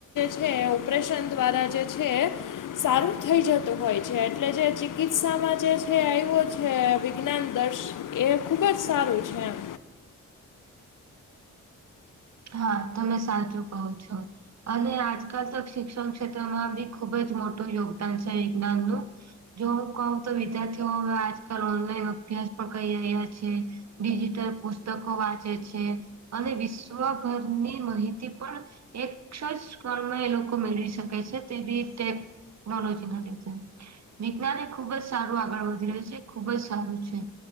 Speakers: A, on the left; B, on the right.
A: ને ઓપરેશન દ્વારા જે છે સારું થઈ જ જતું હોય છે એટલે જે ચિકિત્સામાં જે છે આવ્યો છે વિજ્ઞાન દર્શ એ ખુબ જ સારું છે એમ.
B: હા તમે સાચું કો છો. અને આજકાલ તો શિક્ષણ ક્ષેત્રમાં બી ખુબ જ મોટું યોગદાન છે વિજ્ઞાનનું. જો હું કહઉ તો વિદ્યાર્થીઓ હવે આજકાલ ઓનલાઈન અભ્યાસ પણ કહી રહ્યા છે. ડિજિટલ પુસ્તકો વાંચે છે, અને વિશ્વભરની માહિતી પણ એક જ કણમાં એ લોકો મેળવી શકે છે તેવીતે ટેકનોલોજીના ડી વિજ્ઞાન એ ખુબ જ સારું આગળ વધી રહ્યું છે ખુબ જ સારું છે.